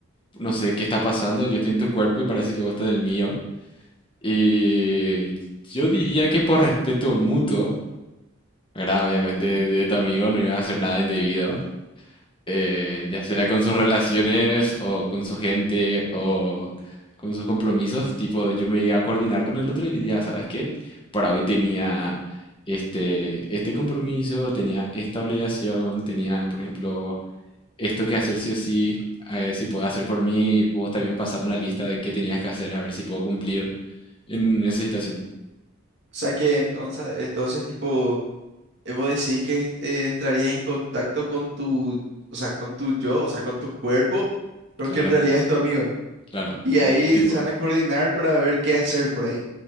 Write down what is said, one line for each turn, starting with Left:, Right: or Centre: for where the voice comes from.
Left: no sé qué está pasando, yo estoy en tu cuerpo y parece que vos estás en el mío. Y yo diría que por respeto mutuo, ¿verdad? Obviamente de, de tu amigo no iba a hacer nada indebido eh, ya sea con sus relaciones o con su gente o con sus compromisos, tipo, yo me iba a coordinar con el otro y diría, ¿sabes qué? Para hoy tenía este, este compromiso, tenía esta obligación, tenía, por ejemplo, esto que hacer sí o sí, eh, si puedo hacer por mí, y vos también pasarme una lista de qué tenías que hacer, a ver si puedo cumplir en esa situación.
Right: O sea, que entonces, entonces, tipo, eh, vos decís que eh, entrarías en contacto con tu, o sea, con tu yo, o sea, con tu cuerpo, pero
Left: Claro,
Right: que en realidad es tu amigo.
Left: claro.
Right: Y ahí
Left: eh, Tipo,
Right: se van a coordinar para ver qué hacer por ahí.